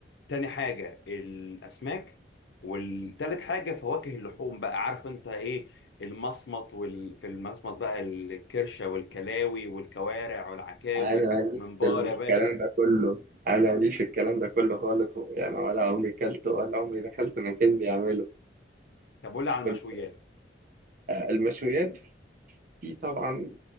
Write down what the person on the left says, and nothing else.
تاني حاجة الأسماك والتالت حاجة فواكه اللحوم بقى عارف انت ايه المصمت وال... في المصمت بقى الكرشة والكلاوي والكوارع والعكاوي
منبار
يا باشا
طب قول لي على المشويات